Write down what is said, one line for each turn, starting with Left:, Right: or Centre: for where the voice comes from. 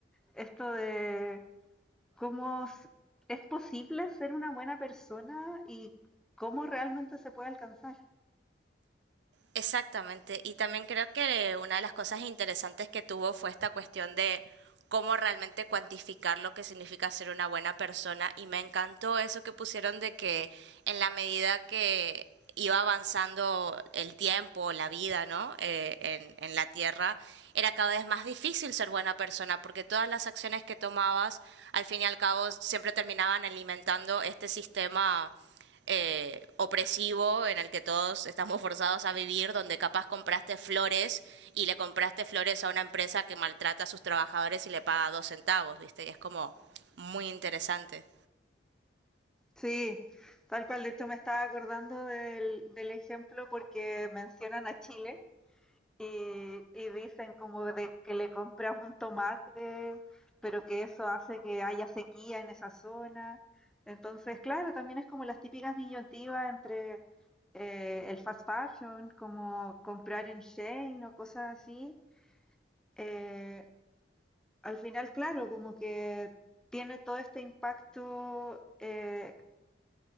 Centre: esto de cómo s- es posible ser una buena persona y cómo realmente se puede alcanzar.
Right: Exactamente. Y también creo que una de las cosas interesantes que tuvo fue esta cuestión de cómo realmente cuantificar lo que significa ser una buena persona. Y me encantó eso que pusieron de que en la medida que iba avanzando el tiempo, la vida, ¿no? Eh, en, en la Tierra, era cada vez más difícil ser buena persona porque todas las acciones que tomabas, al fin y al cabo, siempre terminaban alimentando este sistema eh, opresivo en el que todos estamos forzados a vivir, donde capaz compraste flores y le compraste flores a una empresa que maltrata a sus trabajadores y le paga dos centavos, ¿viste? Y es como muy interesante.
Centre: Sí, tal cual. De hecho, me estaba acordando del, del ejemplo porque mencionan a Chile y, y dicen como de que le compras un tomate, pero que eso hace que haya sequía en esa zona. Entonces, claro, también es como las típicas disyuntivas entre eh, el fast fashion, como comprar en Shane o cosas así. Eh, al final, claro, como que tiene todo este impacto eh,